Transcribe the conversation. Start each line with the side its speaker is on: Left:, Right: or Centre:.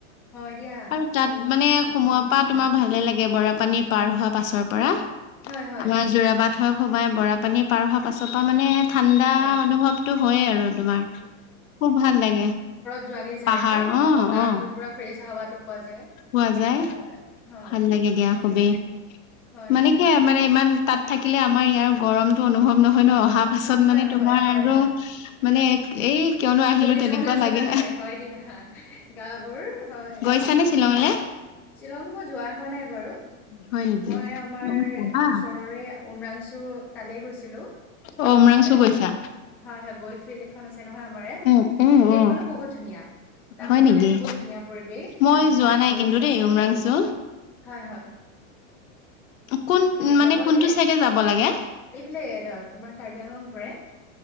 Centre: হয় দিয়া
Left: আৰু তাত মানে সোমোৱাৰ পা তোমাৰ ভালেই লাগে বৰাপানী পাৰ হোৱা পাছৰ পৰা।
Centre: হয় হয়
Left: আমাৰ যোৰাবাট হয় সোমাই বৰাপানী পাৰ হোৱা পাছৰ পৰা মানে ঠাণ্ডা
Centre: হয়
Left: অনুভৱটো হয়ে আৰু তোমাৰ খুব ভাল লাগে।
Centre: যোৱাকে যাই
Left: পাহাৰ
Centre: যে
Left: অ
Centre: বতাহটো
Left: অ
Centre: পুৰা ফ্ৰেচ হাৱাতো পোৱা যায়।
Left: পোৱা যায়
Centre: হয় হয়, হয়।
Left: ভাল লাগে দিয়া খুবেই
Centre: হয়
Left: মানে
Centre: দিয়া
Left: কি মানে ইমান তাত থাকিলে আমাৰ ইয়াৰ গৰমটো অনুভৱ নহয় ন! অহা পাছত
Centre: নহয়
Left: মানে
Centre: নহয়
Left: তোমাৰ
Centre: হয়
Left: আৰু
Centre: হয়
Left: মানে এক এই কিয়নো আহিলো
Centre: জ্বলি
Left: তেনেকুৱা
Centre: যোৱা নিচনা
Left: লাগে
Centre: যায় হয় দিয়া গা বোৰ হয়
Left: গৈছানে
Centre: কথা।
Left: শ্বিলঙলে
Centre: শ্বিলং মই যোৱা হোৱা নাই বাৰু।
Left: হয় নেকি
Centre: মই আমাৰ
Left: অ যাবা
Centre: ওচৰৰে উমৰাংচু তালেই গৈছিলো।
Left: অ
Centre: মাজতে
Left: উমৰাংচু গৈছা
Centre: হয় হয় গল্ফ ফিল্ড এখন আছে নহয় আমাৰ ইয়াত।
Left: উম উম
Centre: সেইখনো
Left: উম
Centre: বহুত ধুনীয়া। তাতো
Left: হয় নেকি
Centre: মানে বহুত ধুনীয়া পৰিবেশ স্থান
Left: মই যোৱা
Centre: পানীবোৰ
Left: নাই কিন্তু
Centre: চেঁচা
Left: দেই উমৰাংচু
Centre: ভাল লাগে। হয় হয়।
Left: কোন
Centre: তাকে
Left: মানে
Centre: যাব
Left: কোনটো
Centre: লাগে।
Left: চাইডে যাব লাগে
Centre: এইফালে তোমাৰ কাৰ্বি আংলং পৰে।